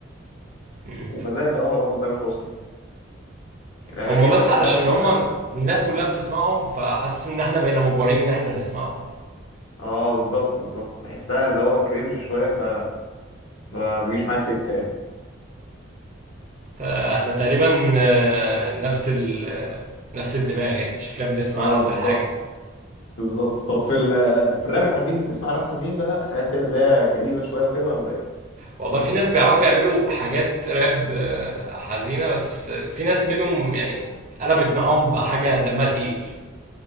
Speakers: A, on the right (about 40°); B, on the left (about 80°).
A: مم.
B: وكذلك الامر برضو تامر حسني الاغاني
A: هم
B: دي
A: بس
B: بحسها
A: علشان
B: بتبقى
A: هم الناس كلها بتسمعهم فحاسس ان احنا بقينا مجبرين ان احنا نسمعهم
B: اه بالظبط بالظبط بحسها اللي هو كرنج شويه ف ما بيجيش معايا سكه يعني
A: ت- احنا تقريبا آه، نفس ال آه، نفس الدماغ يعني شكلنا بنسمع
B: اه
A: نفس
B: بالظبط
A: الحاجة
B: بالظبط طب في ال... في الراب الحزين بتسمع راب حزين بقى حاجات كده اللي هي كئيبه شويه وكده ولا ايه
A: والله في ناس بيعرفوا يعملوا حاجات راب آه، حزينة بس في ناس منهم يعني قلبت معاهم بحاجة دمها تقيل